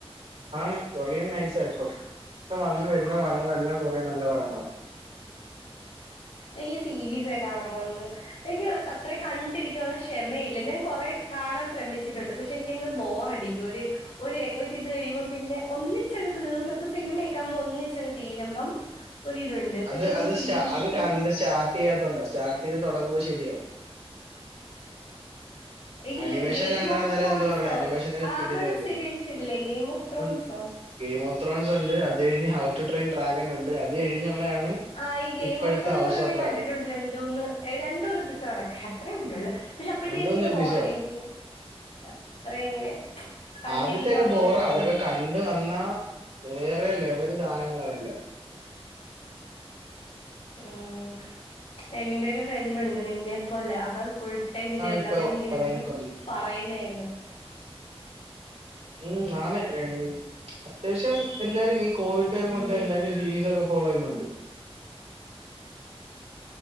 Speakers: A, on the right; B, on the left.
A: ആണ് കൊറിയൻ നൈസാ ഇപ്പൊ വന്ന് വരുന്ന പടങ്ങളെല്ലാം കൊറിയൻ നല്ല പടങ്ങളാ
B: എനിക്ക് സീരീസ് കാണുമ്പോ അങ്ങ് എനിക്ക് അത്രയും കണ്ടിരിക്കാനുള്ള ക്ഷമയില്ല ഞാൻ കൊറെ കാണാൻ ശ്രമിച്ചിട്ടുണ്ട് പക്ഷെ പക്ഷെ എനിക്കങ്ങ് ബോറടിക്കും ഒരു ഒരേ ഒരിത് കഴിയുമ്പം പിന്നെ ഒന്നിച്ചങ്ങ് തീർന്നപ്പോ സിനിമയൊക്കെ ആകുമ്പോ ഒന്നിച്ചങ്ങ് തീരുമ്പം ഒരിതുണ്ട് പക്ഷെ
A: അത്
B: ഞാൻ
A: അത്
B: സീരീസ്
A: സ്റ്റാ അത് കണ്ട് സ്റ്റാർട്ട് ചെയ്യാത്തോണ്ടാ സ്റ്റാർട്ട് ചെയ്ത് തുടങ്ങുമ്പോ ശരിയാവും
B: ഇല്ല
A: അനിമേഷൻ
B: ഗെയിം
A: കണ്ടാ
B: ഓഫ്
A: അന്നേരം
B: ത്രോൺസോ
A: എന്താ പറയാ ആനിമേഷനൊക്കെ
B: ആ
A: കിടിലം
B: അങ്ങനൊരു
A: അല്ലേ
B: സീരീസ് ഇല്ലേ game of ത്രോൺസോ
A: <unintelligible> game of thrones ഉണ്ട് അത് കഴിഞ്ഞ് ഹൗ ടു ട്രെയിൻ ഡ്രാഗൻ ഉണ്ട് അത് കഴിഞ്ഞുള്ളതാണ്
B: ആ ഈ ഗെയിം
A: ഇപ്പോഴത്തെ
B: ഓഫ് ത്രോൺസ്
A: ഹൗസ്
B: ഒക്കെ
A: ഓഫ്
B: ഞാൻ
A: ഡ്രാഗൻ
B: കണ്ടിട്ടുണ്ട് രണ്ടൂന്ന് രണ്ട്‌ മൂന്ന് എപ്പിസോഡൊക്കെ അത്രയേ കണ്ടുള്ളൂ പക്ഷെ അപ്പഴത്തേക്ക്
A: രണ്ടൂന്ന്
B: എനിക്കങ്ങ്
A: എപ്പിസോഡാ
B: ബോറടിക്കും അത്ര ഇങ്ങനെ കണ്ടിരിക്കാനുള്ള
A: ആദ്യത്തെയൊക്കെ ബോറാ
B: ക്ഷമയില്ല
A: അതൊക്കെ കണ്ട്‌ വന്നാ വേറെ ലെവല് സാധനങ്ങളാ അതെല്ലാം
B: ഉം എന്റെ ഒരു ഫ്രണ്ട് ഉണ്ട് നിന്നെപ്പോലാ അവൻ ഫുൾ ടേം ഇതേപോലെ
A: ഇപ്പൊ
B: അവൻ ഇങ്ങനിരുന്ന്
A: ഇറങ്ങിക്കൊണ്ടിരിക്കും
B: പറയുന്ന കേക്കണം
A: ഉം ആണ് ഏ അത്യാവശ്യം എല്ലാരും ഈ കോവിഡ് ടൈം
B: ഉം
A: തൊട്ട് എല്ലാരും സീരീസ് ഒക്കെ ഫോളോ ചെയ്യുന്നുണ്ട്